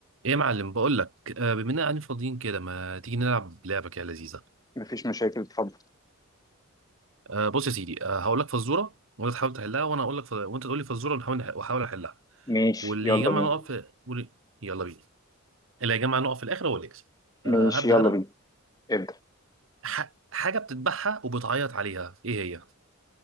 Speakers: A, on the right; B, on the left.
A: ايه يا معلم بقول لك آه، بما اننا قاعدين فاضيين كده ما تيجي نلعب لعبه كده لذيذه
B: مفيش مشاكل اتفضل
A: آه، بص يا سيدي آه، هقول لك فزوره وانت تحاول تحلها وانا اقول لك ف... وانت تقول لي فزوره ونحاول نح- واحاول احلها
B: ماشي
A: واللي
B: يلا
A: يجمع
B: بينا
A: نقط في واللي... يلا بينا اللي هيجمع نقط في الاخر هو اللي يكسب
B: ماشي
A: آه، هبدا
B: يلا
A: انا
B: بينا ابدأ
A: ح... حاجه بتذبحها وبتعيط عليها ايه هي